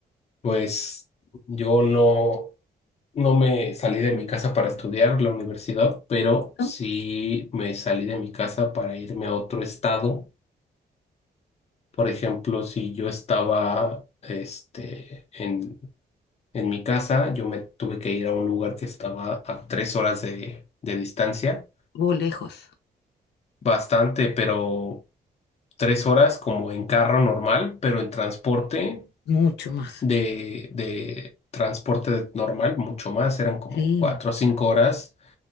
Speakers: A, on the left; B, on the left.
A: Pues yo no, no me salí de mi casa para estudiar la universidad, pero
B: ¿No?
A: sí me salí de mi casa para irme a otro estado. Por ejemplo, si yo estaba este, en En mi casa yo me tuve que ir a un lugar que estaba a tres horas de, de distancia,
B: O lejos.
A: bastante, pero tres horas como en carro normal, pero en transporte
B: Mucho más.
A: de, de transporte normal mucho más, eran como
B: Sí,
A: cuatro o cinco horas